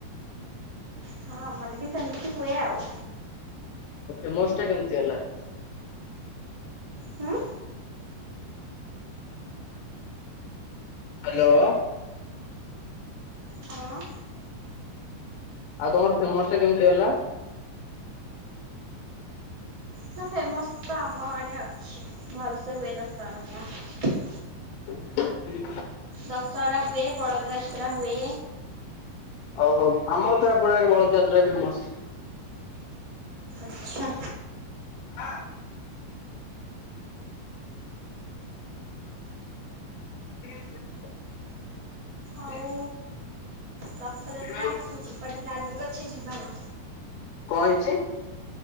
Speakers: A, on the right; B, on the left.
A: ହଁ ଆମର ବି ସେମିତି ହୁଏ ଆଉ।
B: ଫେମସ ଟା କେମିତି ହେଲା?
A: ହୁଁ
B: ହ୍ୟାଲୋ।
A: ହଁ
B: ଆଉ ତମର ଫେମସ ଟା କେମିତି ହେଲା?
A: ନା ଫେମସ ତ ଆମ ଆଡେ ଅଛି, ଭଲସେ ହୁଏ ଦଶହରା ପୁରା।
B: ହୁଁ।
A: ଦଶହରା ହୁଏ ବଳଦ ଯାତ୍ରା ହୁଏ।
B: ଓ ହୋ ଆମର ତ ଏପଟ ଆଡେ ବଳ ଯାତ୍ରା ଫେମସ।
A: ଆଚ୍ଛା।
B: ଆ <unintelligible>
A: ଆଉ ରଥଯାତ୍ରା
B: କଣ
A: ଆସୁଛି କୁଆଡ଼େ ପ୍ଲାନିଂ ଅଛି ଯିବାର
B: ହେଇଚି?